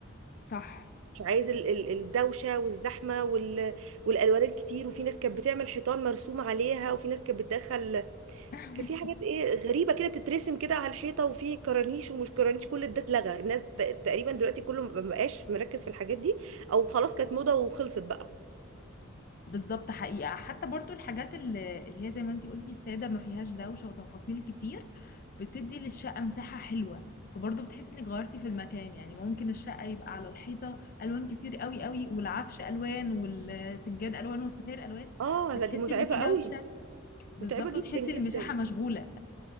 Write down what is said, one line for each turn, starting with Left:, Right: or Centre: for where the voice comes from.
Left: صح
Right: مش عايز ال- ال- الدوشة والزحمة وال... والألوان الكتير وفي ناس كانت بتعمل حيطان مرسوم عليها وفي ناس كانت بتدخل
Left: <laughs>
Right: كان في حاجات ايه غريبة كده بتترسم كده على الحيطة وفي كرانيش ومش كرانيش كل ده اتلغى الناس ت- تقريبا دلوقتي كله مبقاش مركز في الحاجات دي او خلاص كانت موضة وخلصت بقى
Left: بالظبط حقيقة حتى برضو الحاجات اللي اللي هي زي ما انتي قلتي السادة ما فيهاش دوشة وتفاصيل كتير بتدي للشقة مساحة حلوة فبرضو بتحسي انك غيرتي في المكان يعني ممكن الشقة يبقى على الحيطة ألوان كتير قوي قوي والعفش ألوان والسجاد ألوان والستاير ألوان
Right: اه
Left: فتحسي
Right: لا دي متعبة
Left: ان في دوشة
Right: قوي
Left: بالظبط
Right: متعبة جدا
Left: وتحسي
Right: جدا
Left: المساحة مشغولة